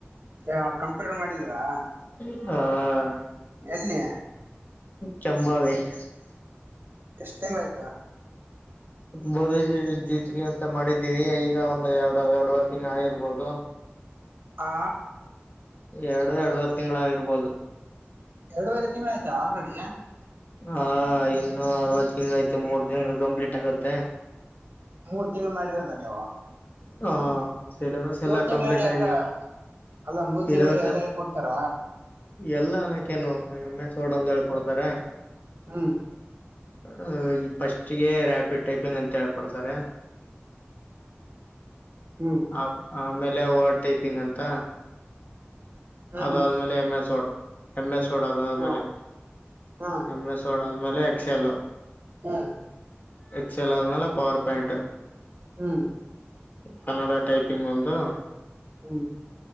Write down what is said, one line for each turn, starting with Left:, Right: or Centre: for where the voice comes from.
Right: ಯ ಕಂಪ್ಯೂಟರ್ ಮಾಡಿದೀರಾ
Left: ಹಾ
Right: ಎಲ್ಲಿಯ
Left: ಚಂಂಬಾವೆ <unintelligible>
Right: ಎಷ್ಟ್ ತಿಂಗಳ ಆಯ್ತಾ
Left: ಮದ ಜಿತ್ರಿ <unintelligible> ಅಂತ ಮಾಡಿದ್ದೀವಿ ಈಗ ಒಂದ್ ಎರಡು ಎರಡುವರೆ ತಿಂಗ್ ಆಗಿರ್ಬೋದು
Right: ಆ
Left: ಎರಡು ಎರಡವರೆ ತಿಂಗಳ ಆಗಿರ್ಬೋದು
Right: ಎರಡುವರೆ ತಿಂಗಳು ಆಯ್ತಾ ಆಲ್ರೆಡಿ
Left: ಹಾ ಇನ್ನುೂ ಅರ್ವತ್ತು ತಿಂಗಳು ಐತೆ ಮೂರ್ ತಿಂಗಳು ಕಂಪ್ಲೀಟ್ ಆಗುತ್ತೆ
Right: ಮೂರ್ ತಿಂಗಳು ಮಾಡಿರೋದ ನೀವು
Left: ಹ ಸಿಲೆಬಸ್ ಎಲ್ಲ
Right: ಮೂರ್ ತಿಂಗಳಲ್ಲಿ
Left: ಕಂಪ್ಲೀಟ್ ಆಗಿದೆ
Right: ಎಲ್ಲ ಅಲ್ಲ ಮೂರ್
Left: ಸಿಲೆಬಸ್
Right: ತಿಂಗಳ
Left: ಎಲ್ಲ
Right: ಹೇಳ್ಕೊಡ್ತಾರ
Left: ಎಲ್ಲ ಅನಕೇನು ಎಮ್ಮೆ ಸೋಡ್ ಒಂದ ಹೇಳಿ ಕೊಡ್ತಾರೆ
Right: ಹ್ಮ್
Left: ಅ ಫಸ್ಟ್ಗೆ ರಾಪಿಡ್ ಟೈಪಿಂಗ್ ಅಂತ ಹೇಳ್ಕೊಡ್ತಾರೆ
Right: ಹ್ಮ್
Left: ಆ ಆಮೇಲೆ ವರ್ಡ್ ಟೈಪಿಂಗ್ ಅಂತ
Right: ಹ್ಮ್
Left: ಅದಾದ್ಮೇಲೆ M S word M S word ಅದಾದ್ಮೇಲೆ
Right: ಹ್ಮ್ ಹ್ಮ್
Left: ಎಮ ಎಸ್ ವರ್ಡ್ ಆಮೇಲೆ ಎಕ್ಸ್ ಎಲ್
Right: ಹಾ
Left: ಎಕ್ಸಲ್ ಆದ್ಮೇಲೆ ಪವರ್ ಪಾಯಿಂಟ್
Right: ಹ್ಮ್
Left: ಕನ್ನಡ ಟೈಪಿಂಗ್ ಒಂದು
Right: ಹ್ಮ್